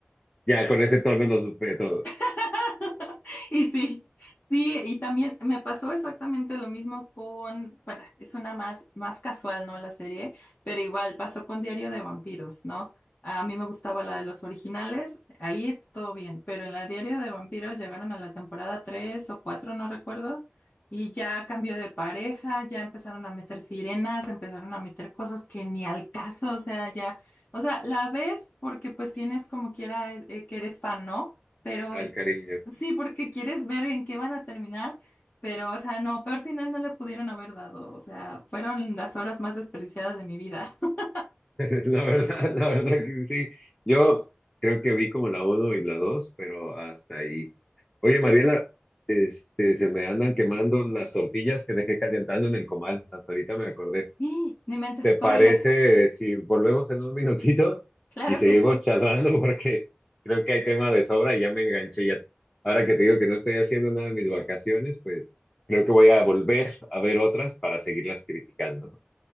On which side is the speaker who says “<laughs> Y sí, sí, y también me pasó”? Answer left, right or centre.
Left